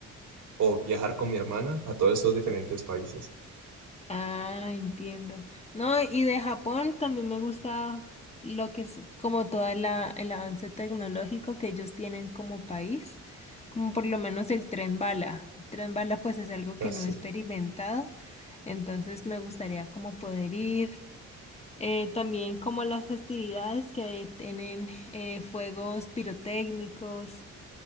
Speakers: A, on the right (about 75°); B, on the left (about 20°).
A: o viajar con mi hermana a todos esos diferentes países.
B: Ah, entiendo. No, y de Japón también me gusta lo que es como todo el avance tecnológico que ellos tienen como país, como por lo menos el tren bala. El tren bala pues es algo
A: Así.
B: que no he experimentado, entonces me gustaría como poder ir. Eh, también como las festividades que tienen eh, fuegos pirotécnicos.